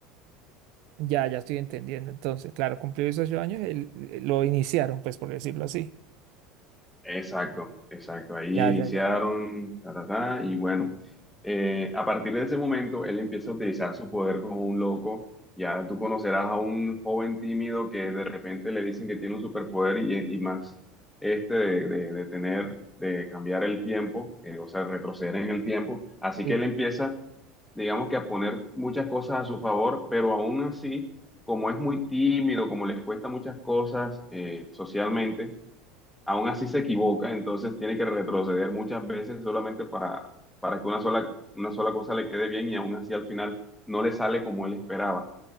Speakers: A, on the right; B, in the centre.
A: Ya, ya estoy entendiendo. Entonces, claro, cumplió esos ocho años, el- lo iniciaron, pues por decirlo así.
B: Exacto, exacto. Ahí
A: Ya,
B: iniciaron,
A: ya, ya.
B: ta, ta, ta, y bueno, eh, a partir de ese momento él empieza a utilizar su poder como un loco. Ya tú conocerás a un joven tímido que de repente le dicen que tiene un superpoder y, y más este de, de- de tener, de cambiar el tiempo, eh, o sea, retroceder en el tiempo. Así
A: Sí.
B: que él empieza, digamos que a poner muchas cosas a su favor, pero aún así, como es muy tímido, como le cuesta muchas cosas eh, socialmente aún así se equivoca, entonces tiene que retroceder muchas veces solamente para, para que una sola, una sola cosa le quede bien y aún así al final no le sale como él esperaba.